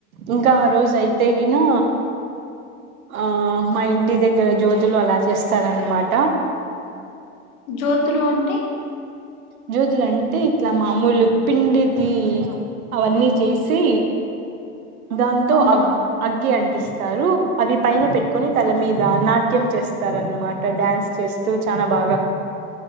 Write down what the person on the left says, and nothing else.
జ్యోతులు అంటే?
అవునా